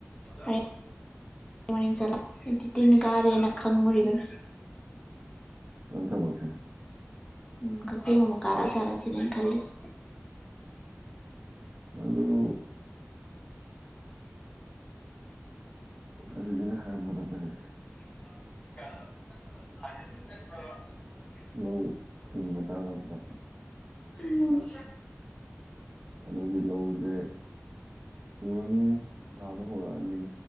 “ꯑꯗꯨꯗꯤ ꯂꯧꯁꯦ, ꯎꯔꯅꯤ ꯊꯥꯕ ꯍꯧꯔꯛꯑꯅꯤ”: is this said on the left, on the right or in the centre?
Right